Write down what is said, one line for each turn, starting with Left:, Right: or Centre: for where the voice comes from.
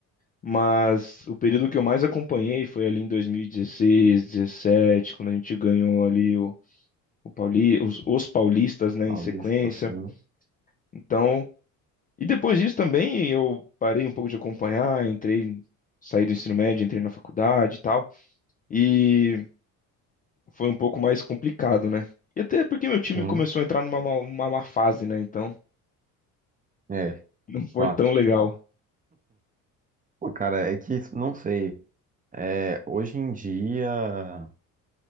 Left: Mas o período que eu mais acompanhei foi ali em 2016, 2017, quando a gente ganhou ali o, o Pauli, os, os paulistas, né,
Right: Paulista,
Left: em sequência.
Right: sim.
Left: Então. E depois disso também eu parei um pouco de acompanhar, entrei, saí do ensino médio, entrei na faculdade e tal. E foi um pouco mais complicado, né? E até porque meu time
Right: Uhum.
Left: começou a entrar numa ma- uma má fase, né? Então
Right: É,
Left: não foi
Right: fato.
Left: tão legal.
Right: Pô, cara, é que não sei. É, hoje em dia.